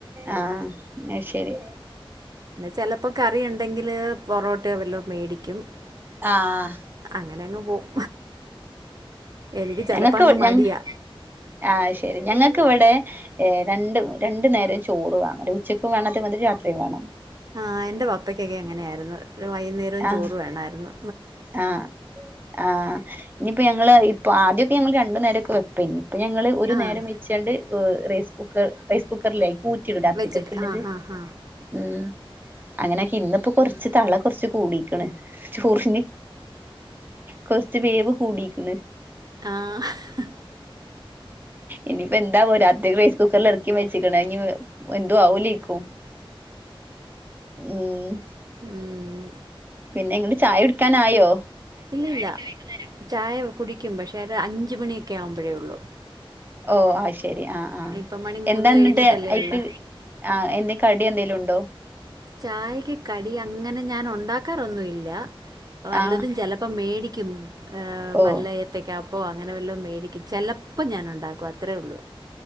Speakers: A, on the right (about 20°); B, on the right (about 45°).
A: ആഹ് എന്നാ ശെരി
B: ചിലപ്പോ കറി ഉണ്ടെങ്കില് പൊറോട്ടയോ വല്ലോ മേടിക്കും
A: ആഹ്
B: അങ്ങനെ അങ്ങ് പോവും എനിക്ക് ചിലപ്പോൾ
A: ഞങ്ങക്ക്
B: അങ്ങ്
A: ഞങ്ങ
B: മടിയാ
A: ആഹ് ശെരി ഞങ്ങ എനിക്ക് ഇവിടെ രണ്ടും രണ്ടു നേരോം ചോറ് വേണം ഉച്ചക്കും വേണം അതേപോലെ രാത്രിയും വേണം
B: ആഹ് എന്റെ പപ്പക്കൊക്കെ അങ്ങനെയായിരുന്നു ഒരു വൈകുന്നേരം
A: ആഹ്
B: ചോറ് വേണായിരുന്നു
A: ആഹ് ആഹ് ഇനി ഇപ്പൊ ഞങ്ങള് ഇപ്പോ ആദ്യമൊക്ക ഞങ്ങള് രണ്ടു നേരംക്കെ വേപ്പെനു അപ്പ ഞങ്ങള് ഒരു
B: ആഹ്
A: നേരം വെച്ചാണ്ട് ഒ റൈസ് കുക്കർ, റൈസ് കുക്കറിലെ പൂച്ചിട ടാത്രിക്കൊക്കെള്ളത്
B: വെച്ചിട്ട് ആഹ് ആഹ് ആഹ്
A: ഉം. അങ്ങനെയൊക്കെ ഇന്നിപ്പോ കൊറച്ച് തള കുറച്ച് കൂടീക്കണ് ചൊറിഞ്ഞ്. കൊറച്ച് വേവ് കൂടിക്കണ്.
B: ആഹ്
A: ഇനിപ്പോ എന്താവോ രാത്രി റൈസ് കുക്കറൽ ഇറക്കി മെച്ചിക്കണ ഇനി എന്തു ആവോലേക്കും ഉം
B: ഉം
A: പിന്നെങ്ങള് ചായ ക്കാനായോ?
B: ഇല്ലല്ല, <unintelligible> ചായ കുടിക്കും പക്ഷേ ഒരു അഞ്ച് മണി. ക്ക ആവുമ്പഴേ ഉള്ളൂ.
A: ഓ ആ ഇഷ് ശരി ആ ആ
B: ഇപ്പം മണി മൂന്ന്
A: എന്താന്നിട്ട്
B: കഴിഞ്ഞിട്ടല്ലേ
A: ഐക്ക്
B: ഉള്ളൂ
A: ആ എന്തെ കടി എന്തേലും ഉണ്ടോ?
B: ചായക്ക് കടി അങ്ങനെ ഞാൻ ഉണ്ടാക്കാറൊന്നു ഇല്ല. വല്ലതും
A: ആ
B: ചിലപ്പ മേടി ക്കും. ങഅ
A: ഓ
B: വല്ല ഏത്തയ്ക്ക അപ്പോൾ അങ്ങനെ വല്ലോ മേടിക്കും, ചിലപ്പോം ഞാൻ ഉണ്ടാക്കും അത്രേ ഉള്ളൂ.